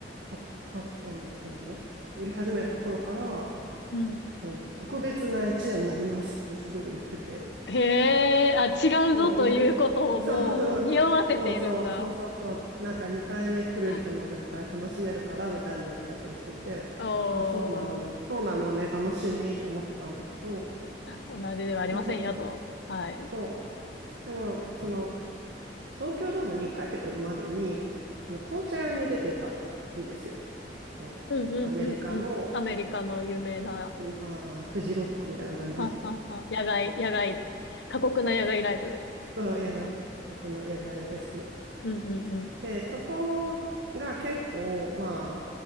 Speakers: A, on the right; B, on the left.
A: は、は、あの、なんていうの売り始めた頃から、
B: うん。
A: その特別な一夜になりますってすごい言ってて、
B: へえ、あ、違うぞということをもう匂わせているんだ。
A: もう2回、<laughs> そうそうそう、もうそうそうそうそう、なんか2回目来る人も絶対楽しめるからみたいな言い方をしてて、
B: <laughs> おー、
A: あ、そうなの、そうなのね、楽しみって思ってたんだけど、
B: 同じではありませんよと。
A: <laughs>
B: はい。
A: そう、でも、その、東京ドームに帰ってくるまでに、あのコーチェラに出てたんですよ。あのアメリカの、
B: うんうんうんうん。アメリカの有名な、
A: うんまあ、フジロックみたいな感じ。
B: はんはんはん、野外、野外、過酷な野外ライブ。
A: <laughs> そう、
B: うんうん
A: 野外、各国の野外フェス。
B: うんうん
A: で、そこが結構、まあ、